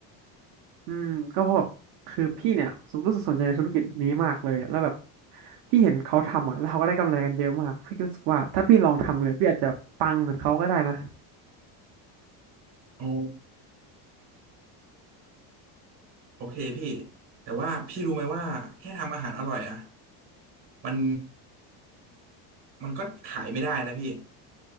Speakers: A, on the right (about 50°); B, on the right (about 30°).
A: อืมก็เพราะแบบคือพี่เนี่ยรู้สึกสนใจในธุรกิจนี้มากเลยแล้วแบบพี่เห็นเขาทำอ่ะแล้วเขาก็ได้กำไรกันเยอะมากพี่ก็รู้สึกว่าถ้าพี่ลองทำเลยพี่อาจจะปังเหมือนเขาก็ได้นะ
B: อ๋อโอเคพี่แต่ว่าพี่รู้ไหมว่าแค่ทำอาหารอร่อยอะมันมันก็ขายไม่ได้นะพี่